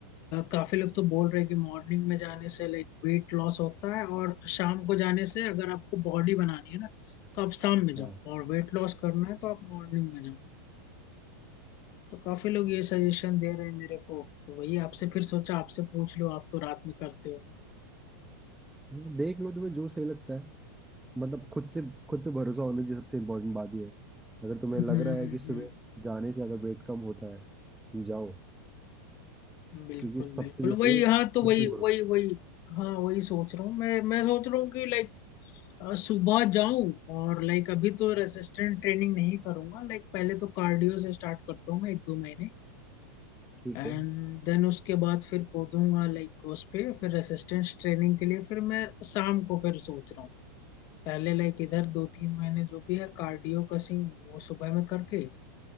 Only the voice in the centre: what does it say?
हाँ
हाँ, देख लो तुम्हें जो सही लगता है मतलब खुद से खुद पे भरोसा होने की सबसे इम्पोर्टेंट बात यह है अगर तुम्हें
लग
रहा है कि सुबह
जाने से अगर वेट कम होता है जाओ
क्योंकि सबसे
जो
ये
है
खुद
पे भरोसा
ठीक
है